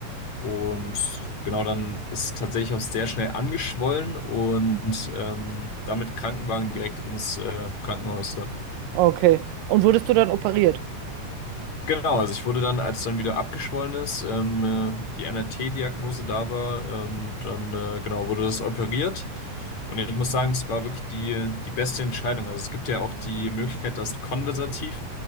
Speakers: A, on the left (about 55°); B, on the right (about 85°).
A: und genau, dann ist es tatsächlich auch sehr schnell angeschwollen und ähm, damit Krankenwagen direkt ins äh, Krankenhaus. Ja.
B: Okay. Und wurdest du dann operiert?
A: Genau, also ich wurde dann, als dann wieder abgeschwollen ist, ähm, äh, die MRT-Diagnose da war, ähm, dann äh, genau wurde das operiert. Und ich muss sagen, es war wirklich die, die beste Entscheidung. Also es gibt ja auch die Möglichkeit, das konversativ